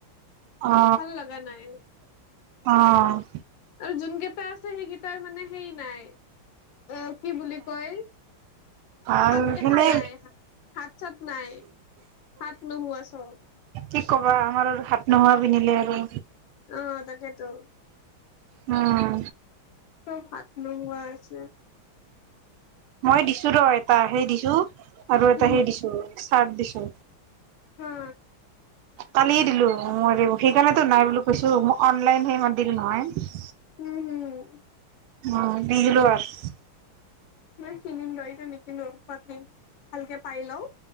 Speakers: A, on the right; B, on the left.
A: অ
B: ভাল লাগা নাই।
A: অ'।
B: আৰু যোনকেইটা আছে, সেইকেইটাৰ মানে সেই নাই অ'- কি বুলি কয়,
A: ভাল
B: হাত কেইখান
A: এনে
B: নাই, হাত-চাত নাই, হাত নোহোৱা চব।
A: কি ক'বা আমাৰ আৰু হাত নোহোৱা পিন্ধিলে আৰু।
B: অ' তাকেইেতো।
A: উম।
B: চব হাত নোহোৱা আছে।
A: মই দিছো ৰ এটা সেই দিছোঁ। আৰু এটা
B: উম
A: হেই দিছোঁ। চাৰত দিছোঁ।
B: হা।
A: কালিয়ে দিলো মই সেইকাৰণেতো নাই বুলি কৈছো মই অনলাইনহে ইমান দিলো নহয়।
B: উম হম।
A: অ' দি দিলোঁ আৰু।
B: মই কিনিম ৰ ইতিয়া নিকিনো পত্নী ভালকে পাই লওঁ।